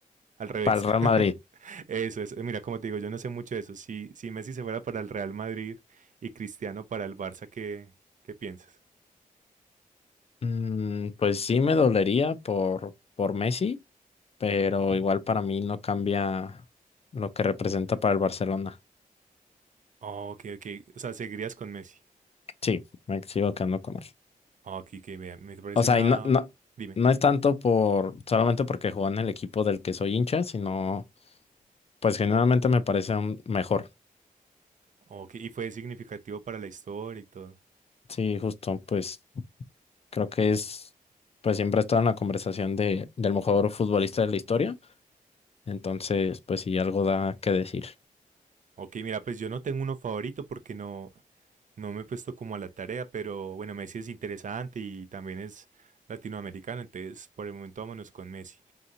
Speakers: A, on the right (about 60°); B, on the left (about 45°).
A: Al revés.
B: para el
A: <laughs>
B: Real Madrid.
A: Eso es, mira, como te digo, yo no sé mucho de eso. Si, si Messi se fuera para el Real Madrid y Cristiano para el Barça, ¿qué, qué piensas?
B: Mm, pues sí me dolería por, por Messi, pero igual para mí no cambia lo que representa para el Barcelona.
A: Oh, ok, ok. O sea, seguirías con Messi.
B: Sí, me sigo quedando con él.
A: Oh, ok, que bien. Me parece
B: O sea,
A: una.
B: y no, no,
A: Dime.
B: no es tanto por solamente porque jugó en el equipo del que soy hincha, sino pues generalmente me parece un mejor.
A: Ok, y fue significativo para la historia y todo.
B: Sí, justo, pues creo que es, pues siempre está en la conversación de, del mejor futbolista de la historia. Entonces, pues sí, algo da que decir.
A: Ok, mira, pues yo no tengo uno favorito porque no, no me he puesto como a la tarea, pero bueno, Messi es interesante y también es latinoamericano, entonces por el momento vámonos con Messi.